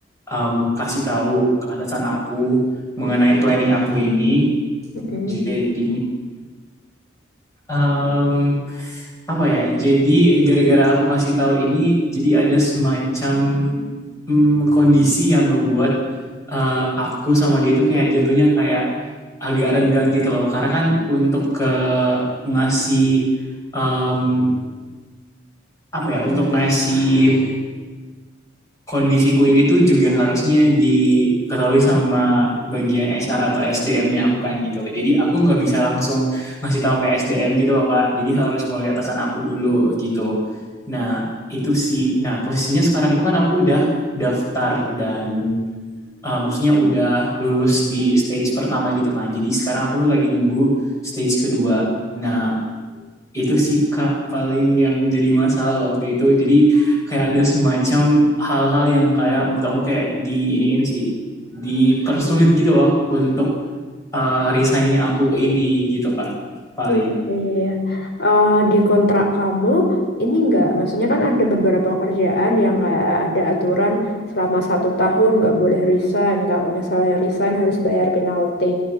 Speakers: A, on the left (about 15°); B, on the left (about 55°).
A: um, kasih tahu ke atasan aku mengenai planning aku ini.
B: Mm-mm.
A: Jadinya um, apa ya? Jadi gara-gara aku kasih tahu ini, jadi ada semacam um, kondisi yang ngebuat uh, aku sama dia itu kayak jatuhnya kayak agak renggang gitu loh. Karena kan untuk ke ngasih um, apa ya untuk ngasih kondisiku ini tuh juga harusnya diketahui sama bagian HR atau SDM-nya aku kan gitu. Jadi aku nggak bisa langsung ngasih tahu ke SDM gitu loh Kak. Jadi harus melalui atasan aku dulu gitu. Nah, itu sih. Nah, posisinya sekarang itu kan aku udah daftar dan uh, maksudnya udah lulus di stage pertama gitu kan. Jadi sekarang aku tuh lagi nunggu stage kedua. Nah, itu sih kak paling yang jadi masalah waktu itu jadi kayak ada semacam hal-hal yang kayak menurut aku kayak di iniin sih dipersulit gitu loh untuk uh, resignnya aku ini gitu kak paling
B: Iya, iya. iya. Eh, di kontrak kamu ini enggak, maksudnya kan ada beberapa kerjaan yang kayak ada aturan selama satu tahun nggak boleh resign. Kalau misalnya resign harus bayar penalti.